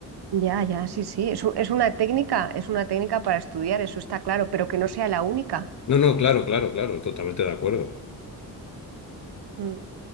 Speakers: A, on the right; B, on the left.
A: Ya, ya, sí, sí. Es, un- es una técnica, es una técnica para estudiar, eso está claro, pero que no sea la única.
B: No, no, claro, claro, claro, totalmente de acuerdo.
A: Mm.